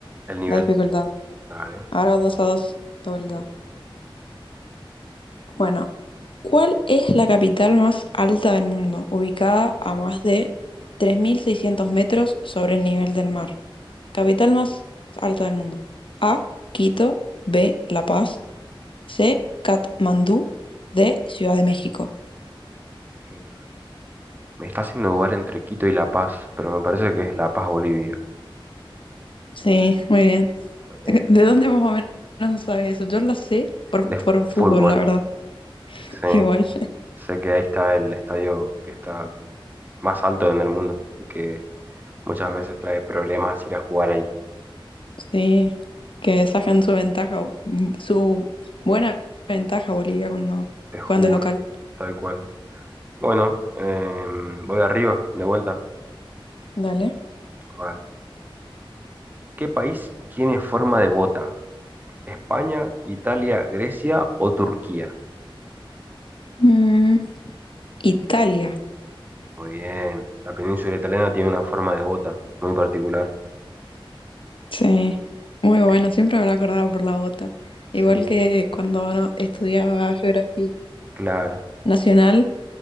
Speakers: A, on the right (about 20°); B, on the left (about 65°).
A: el nivel.
B: la dificultad.
A: Dale.
B: Ahora 2 a 2 de vuelta.
A: Sí.
B: Bueno, ¿cuál es la capital más alta del mundo, ubicada a más de 3.600 metros sobre el nivel del mar? Capital más alta del mundo. A, Quito, B, La Paz, C, Katmandú, D, Ciudad de México.
A: Sí. Me está haciendo dudar entre Quito y La Paz, pero me parece que es La Paz, Bolivia.
B: Sí, muy bien.
A: Eh,
B: ¿De dónde más o menos sabes eso? Yo lo sé por,
A: de
B: por fútbol,
A: fútbol.
B: la verdad. <laughs>
A: Sí.
B: Igual,
A: Sé que ahí está el estadio que está más alto en el mundo y que muchas veces trae problemas ir a jugar ahí.
B: sí, que sacan su ventaja, su buena ventaja Bolivia cuando
A: Te juro,
B: juegan de local.
A: tal cual. Bueno, em, voy arriba, de vuelta.
B: Dale.
A: A ver, ¿Qué país tiene forma de bota? España, Italia, Grecia o Turquía.
B: Mm, Italia,
A: Muy bien. La península italiana tiene una forma de bota muy particular.
B: sí, muy bueno,
A: Eh,
B: siempre me lo acordaba por la bota.
A: sí,
B: Igual que cuando no- estudiaba geografía
A: claro.
B: nacional